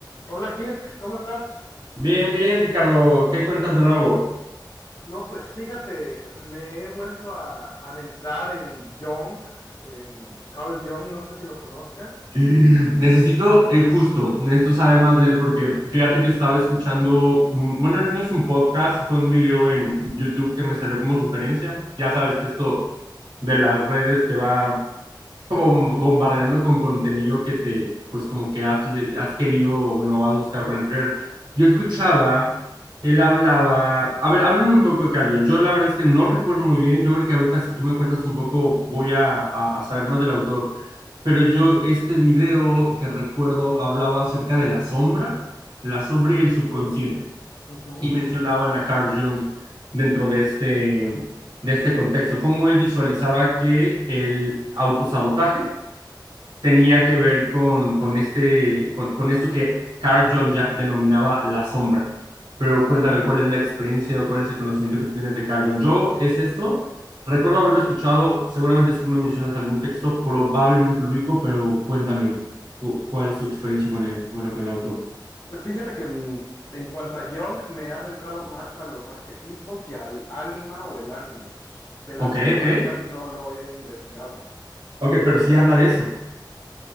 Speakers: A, on the left (about 50°); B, on the right (about 70°).
A: Hola Kirk, ¿cómo estás?
B: Bien, bien, Ricardo, ¿qué cuentas de nuevo?
A: No, pues fíjate, me he vuelto a adentrar en Jung, en Carl Jung, no sé si lo conozcas.
B: <laughs> Necesito, eh, justo, necesito saber más de él porque fíjate que estaba escuchando, un- bueno, no es un podcast, fue un video en YouTube que me salió como sugerencia. Ya sabes que esto de las redes te va como bombardeando con contenido que te, pues como que has, le- has querido, o bueno, has buscado con anterior. Yo escuchaba, él hablaba, a ver, háblame un poco de Carrión. Yo la verdad es que no recuerdo muy bien, yo creo que ahorita si tú me cuentas un poco voy a, a, a saber más del autor, pero yo este video que recuerdo hablaba acerca de la sombra, la sombra y el subconsciente,
A: Ujú.
B: y mencionaban a Carl Jung dentro de este, de este contexto, cómo él visualizaba que el autosabotaje tenía que ver con, con, este, con, con esto que Carl Jung ya denominaba la sombra. Pero cuéntame, ¿cuál es la experiencia o cuál es el conocimiento que tú tienes de Carl Jung? Yo, ¿es esto? Recuerdo haberlo escuchado, seguramente si tú me mencionas algún texto, probablemente lo ubico, pero cuéntame, ¿cuál es tu experiencia con el, bueno, con el autor?
A: Pues fíjate que mm, en cuanto a Jung, me he adentrado más a los arquetipos y al ánima o el animus. De la
B: Ok,
A: sombra
B: ok,
A: casi no lo he investigado.
B: ok, pero sí habla de eso,